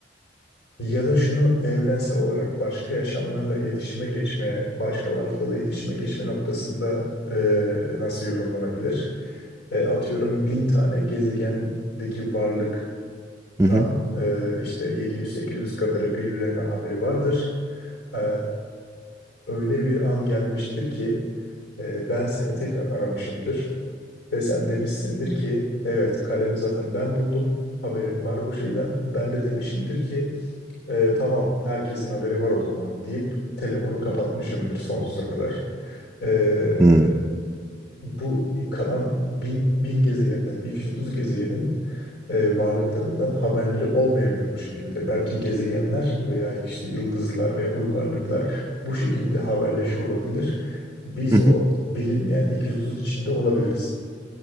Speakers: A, on the left; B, on the right.
A: Ya da şunu evrensel olarak başka yaşamlarla iletişime geçme, başka varlıklarla iletişime geçme noktasında e, nasıl yorumlanabilir? E, atıyorum bin tane gezegendeki varlık
B: Hı
A: tan
B: hı.
A: e, işte 700-800 kadarı birbirlerinden haberi vardır. E, öyle bir an gelmiştir ki e, ben seni tekrar aramışımdır ve sen demişsindir ki evet kalemi zaten ben buldum. Haberim var bu şeyden. Ben de demişimdir ki "E, tamam herkesin haberi var o zaman deyip telefonu kapatmışımdır sonsuza kadar. E,
B: Hı hı.
A: bu kalan bin, bin gezegenden 230 gezegenin e, varlıklarından haberleri olmayabilir bu şekilde. Belki gezegenler veya işte yıldızlar veya uygarlıklar bu şekilde haberleşiyor olabilir. Biz
B: hı.
A: o bilinmeyen 230 içinde olabiliriz.